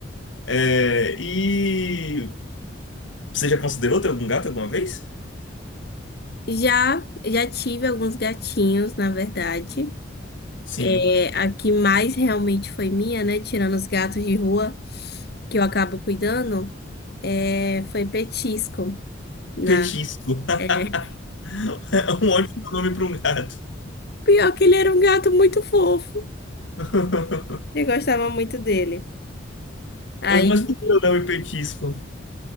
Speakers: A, on the left; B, on the left.
A: É, e Você já considerou ter algum gato alguma vez?
B: Já, já tive alguns gatinhos, na verdade.
A: Sim.
B: É, a que mais realmente foi minha, né? Tirando os gatos de rua, que eu acabo cuidando, é, foi Petisco. Na,
A: Petisco. <laughs>
B: é,
A: É um ótimo nome para um gato.
B: <laughs> pior que ele era um gato muito fofo.
A: <laughs>
B: Eu gostava muito dele. Aí,
A: Mas, mas por que o nome Petisco?